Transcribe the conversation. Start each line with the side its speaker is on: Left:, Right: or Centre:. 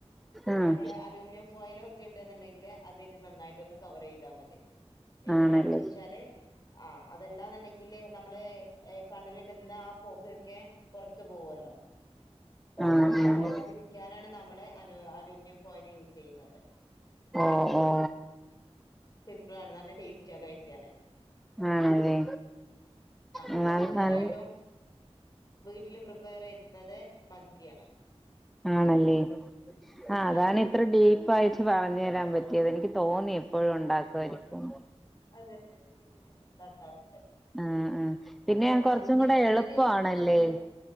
Centre: ആഹ്
Left: നമ്മള് അലൂമിനിയം ഫോയില് ഒക്കെ ഇണ്ടെന്നുണ്ടെങ്കില് അതിട്ട് നന്നായിട്ടൊന്ന് കവറിയ്താ മതി എന്നിട്ടടച്ച്
Centre: ആണല്ലേ
Left: വെച്ചാല് ആഹ് അതെല്ലാന്നുണ്ടെങ്കില് നമ്മള് എത് കണ്ണലിടു പിന്നെ ആഹ് പൊക്യൊക്കെ പൊറത്തു പോവല്ലോ പൊക
Centre: ആഹ്
Left: പുറത്ത്
Centre: ആഹ്
Left: പോവാതിരിക്കാനാണ് നമ്മള് അലു അലൂമിനിയം ഫോയൽ യൂസ് ചെയ്യുന്നത്
Centre: ഓ ഓ
Left: സിമ്പളാണ് നല്ല ടേസ്റ്റാ കഴിക്കാന്
Centre: ആണല്ലേ
Left: ആഹ് നമ്മള്
Centre: എന്നാൽ
Left: കൂടുതലായിട്ടും
Centre: നൽ
Left: വീട്ടില് പ്രിപ്പയർ എയ്തുന്നത് മന്തിയാണ്
Centre: ആണല്ലേ ആഹ് അതാണ്
Left: അതെ അതെ
Centre: ഇത്ര ഡീപ്പ് ആയി പറഞ്ഞു തരാൻ പറ്റിയത് എനിക്ക് തോന്നി എപ്പോഴും ഉണ്ടാക്കുവായിരിക്കുന്ന്
Left: അതെ അതെ ഇതിക്കെപ്പുഴും ഇണ്ടാക്കാറുണ്ട്
Centre: ആഹ് ആഹ് പിന്നെ
Left: ഇപ്പൊ
Centre: കൊറച്ചും
Left: മന്തി
Centre: കൂടെ
Left: വന്നതിനേഷം
Centre: എളുപ്പാണല്ലേ
Left: നമ്മള്